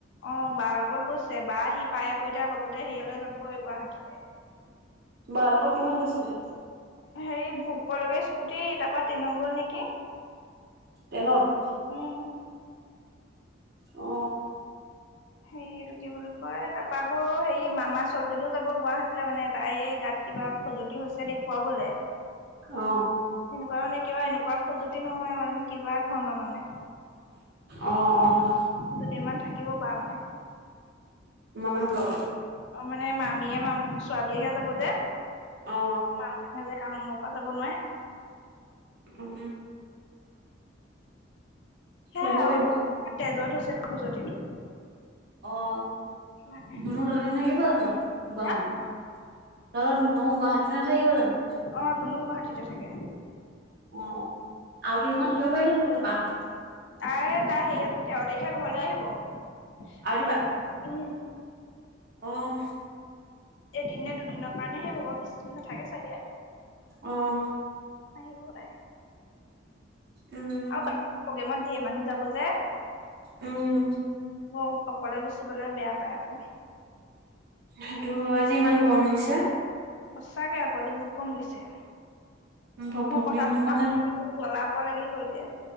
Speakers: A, on the left (about 65°); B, on the right (about 55°).
A: অ', বা লগত গৈছে, বা আহি পাই আকৌ এতিয়া লগতে হেৰিয়লে যাবই গুৱাহাটীলে।
B: বাৰ লগত কিহত গৈছিলে?
A: হেৰি ভোকপুৰলৈকে স্কুটি, তাৰপা ট্ৰেনত গ'ল নেকি?
B: ট্ৰনত?
A: উম।
B: অ'।
A: হেৰি এইটো কি বুলি কয়, তাৰাপা আকৌ হেৰি মামা ছোৱালীজনীও যাব গুৱাহাটীলে মানে তাই গাত কিবা খজুতি হৈছে, দেখুৱাবলে।
B: অ'।
A: সেনেকুৱা মানে কিবা, এনেকুৱা খজুতি নহয় কিবা ধৰণৰ মানে
B: অ', অ'।
A: দুদিন মান থাকিব বা মানে।
B: মামা হতৰ লগত?
A: অ', মানে মামীয়ে মা ছোৱালীহে যাব যে।
B: অ
A: মামাৰ মাজে কামৰ পৰা যাব নোৱাৰে।
B: উম।
A: সেয়াই
B: ফুৰিব পাৰিব
A: তেজত হৈছে খজুতিটো।
B: অ',
A: সেইটো কাৰণে
B: ধোনু <unintelligible> যানো গুৱাহাটীত?
A: হা
B: তহতঁৰ ধুনু গুৱাহাটিত এ নাথাকিব জানো?
A: অ', ধুনু গুৱাহাটীত থাকে।
B: অ', আৰুতি ৰুমত থাকিব পাৰিলে <unintelligible> বাহত।
A: তাই-তাই হেৰিয়াত, তেৰ তাৰিখে ঘৰলে আহিব।
B: <unintelligible>
A: উম।
B: অ'।
A: এদিন নে দুদিনৰ কাৰণেহে ৰ'ব, বেছিদিন নাথাকে চাগে।
B: অ'।
A: আহিব পাই।
B: উম।
A: বাকী প্ৰগ্ৰেমত ঢেৰ মানুহ যাব যে।
B: উম।
A: অ', অকলে গুচি গলে বেয়া পায় আকৌ।
B: সেইটো হয়, আজি ইমান গৰম দিছে।
A: সঁচাকে আকৌ, আজি বহুত গৰম দিছে!
B: ভক
A: মোৰ
B: ভকীয়া
A: পথাৰত থকা
B: মানে
A: সময়তোত জ্বলা-পোৰা লাগি গ'ল গে।